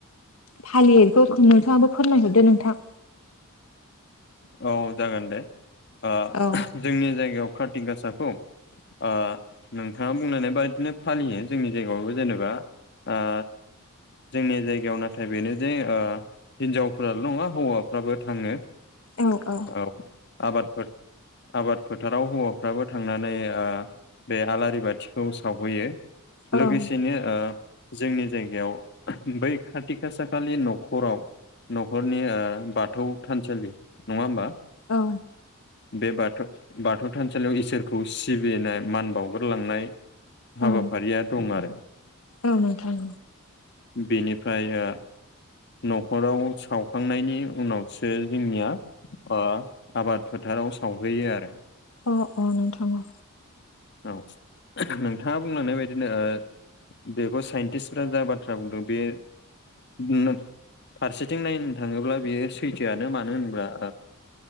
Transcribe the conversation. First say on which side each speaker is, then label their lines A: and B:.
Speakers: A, on the left; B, on the left.
A: फालियो खौ नोंथाङाबो फोरमायहरदो नोंथां।
B: औ जागोन दे ओ
A: औ
B: जोंनि जायगायाव कारति गासाखौ ओ नोंथाङा बुंनानै बायदिनो फालियो जोंनि जायगायावबो जेनेबा ओ जोंनि जायगायाव नाथाय बेनो जे ओ हिनजावफ्राल' नङा हौवाफ्राबो थाङो।
A: औ औ।
B: औ आबाद फोथ आबाद फोथाराव हौवाफ्राबो थांनानै ओ बे आलारि बाथिखौ सावहैयो
A: औ
B: लोगोसेनो ओ जोंनि जायगायाव बै खाथि खासा खालि न'खराव न'खरनि ओ बाथौ थानसालि नङा होमबा?
A: औ
B: बे बाथौ बाथौ थानसालियाव इसोरखौ सिबिनाय मान बावगोरलांनाय हाबाफारिया
A: औ
B: दं आरो।
A: औ नोंथां।
B: बेनिफ्राय ओ न'खराव सावखांनायनि उनावसो जोंनिया ओ आबाद फोथाराव सावहैयो आरो।
A: अ अ नोंथां अ।
B: औ नोंथाङा बुंनानै बादिनो ओ बेखौ साइन्टिस्टफ्रा जा बाथ्रा बुंदों बे नों फारसेथिं नायनो थाङोब्ला बेयो सैथोआनो मानो होनोब्ला